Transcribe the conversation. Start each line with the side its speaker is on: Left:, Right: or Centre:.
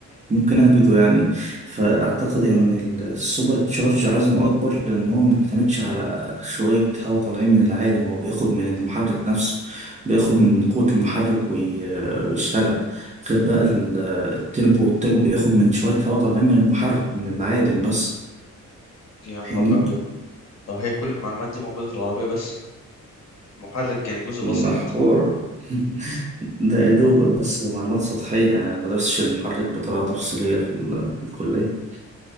Right: ممكن أهبده يعني فأعتقد إن
Left: اه
Right: السوبر تشارج عزمه أكبر لأن هو ما بيعتمدش على شوية هواء طالعين من العالم هو بياخد من المحرك نفسه بياخد من قوة المحرك وي- ويشتغل غير بقى ال- التربو التربو بياخد من شوية هواء طالعين من المحرك من العالم بس
Left: يا نهار
Right: فاهمني؟
Left: ابيض طب هي كل المعلومات دي موجودة في العربية بس محرك يعني جزء بسيط
Right: ده حوار <laughs> ده يا دوبك بس معلومات سطحية يعني أنا ما درستش المحرك بطريقة تفصيلية في, ال- في الكلية